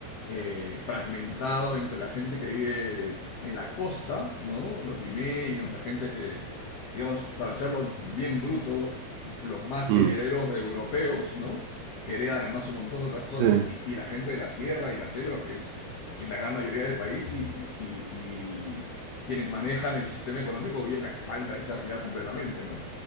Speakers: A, on the left; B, on the right.
A: eh, fragmentado entre la gente que vive en la costa, ¿no? Los limeños, la gente que, digamos, para hacerlo bien bruto, los más
B: mm,
A: herederos de europeos, ¿no? Que heredan además un montón de otras cosas,
B: sí, mm,
A: y, y la gente de la sierra y la selva, que es, que es la gran mayoría del país, y, y- y- y quienes manejan el sistema económico bien a espalda de esa realidad completamente, ¿no?